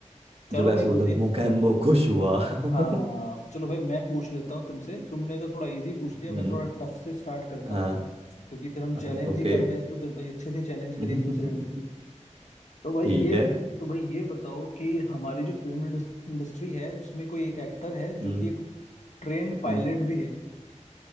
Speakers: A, on the left (about 70°); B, on the right (about 50°).
A: चलो
B: जब ऐसे
A: भाई मैं
B: बोला मुकैम्बो खुश हुआ <laughs> हम्म
A: हाँ चलो भाई मैं पूछ लेता हूँ तुमसे तुमने तो थोड़ा इजी पूछ लिया
B: हम्म
A: मैं थोड़ा टफ से स्टार्ट करता
B: हाँ
A: हूँ क्योंकि फिर हम
B: हाँ
A: चैलेंज
B: ओके
A: ही कर रहे हैं तो फिर भाई अच्छे से चैलेंज करें
B: <laughs>
A: एक दूसरे को तो भाई
B: ठीक
A: ये
B: है
A: तो भाई ये बताओ कि हमारी जो फिल्म इंडस्ट्री है उसमें कोई एक एक्टर है जो
B: हम्म
A: कि एक ट्रेंड पायलट
B: हम्म
A: भी है